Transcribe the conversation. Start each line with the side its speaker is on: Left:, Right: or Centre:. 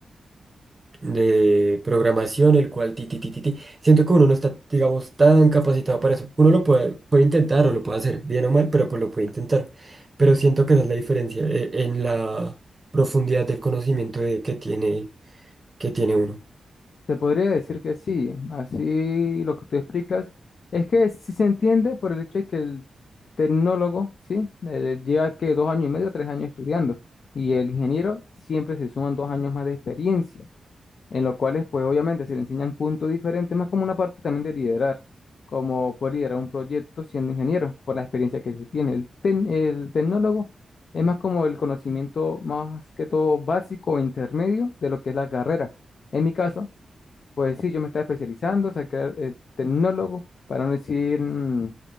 Right: de programación, el cual ti, ti, ti, ti, ti. Siento que uno no está, digamos, tan capacitado para eso. Uno lo puede, puede intentar o lo puede hacer, bien o mal, pero pues lo puede intentar. Pero siento que esa es la diferencia eh, en la profundidad del conocimiento de- que tiene, que tiene uno.
Left: Se podría decir que sí, así lo que tú explicas es que sí se entiende por el hecho de que el tecnólogo, sí, Eh, lleva que dos años y medio, tres años estudiando, y el ingeniero siempre se suman dos años más de experiencia, en los cuales pues obviamente se le enseñan puntos diferentes, más como una parte también de liderar, como poder liderar un proyecto siendo ingeniero, por la experiencia que se tiene. El, tec- el tecnólogo es más como el conocimiento más que todo básico o intermedio de lo que es la carrera. En mi caso, pues sí, yo me estaba especializando, saqué el tecnólogo, para no decir mm,